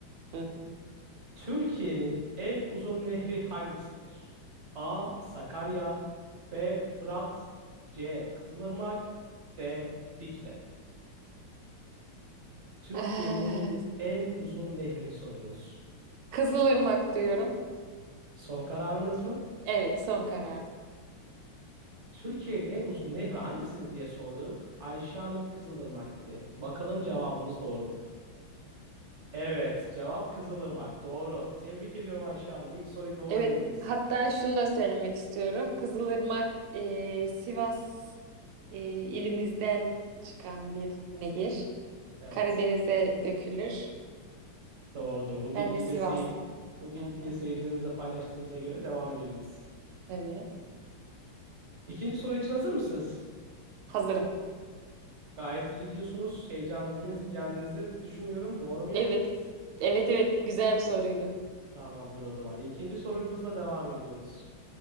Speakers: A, on the right; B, on the right.
A: Hı hı. <laughs>
B: Türkiye'nin en uzun nehri hangisidir? A. Sakarya B. Fırat C. Kızılırmak D. Dicle. Türkiye'nin
A: Ah.
B: en uzun nehrini soruyoruz.
A: Kızılırmak diyorum.
B: Son kararınız mı?
A: Evet, son karar.
B: Türkiye'nin en uzun nehri hangisidir diye sorduk. Ayşe Hanım Kızılırmak dedi. Bakalım cevabımız doğru mu? Evet, cevap Kızılırmak. Doğru. Tebrik ediyorum Ayşe Hanım. İlk soruyu doğru
A: Evet,
B: bildiniz.
A: hatta şunu da söylemek istiyorum. Kızılırmak e, Sivas e, ilimizden çıkan bir nehir.
B: Evet.
A: Karadeniz'e dökülür.
B: Doğrudur. Bu bilgiyi
A: Ben de Sivaslı.
B: de sey bu bilgiyi
A: Hı hı,
B: de seyircilerimize paylaştığımıza göre devam edebiliriz.
A: tabii.
B: İkinci soru için hazır mısınız?
A: Hazırım.
B: Gayet iyi gidiyorsunuz. Heyecanınızı bir
A: Hı
B: tık
A: hı.
B: yendiğinizi düşünüyorum. Doğru muyum?
A: Evet, evet, evet. Güzel bir soruydu.
B: Tamamdır o zaman. İkinci sorumuzla devam ediyoruz.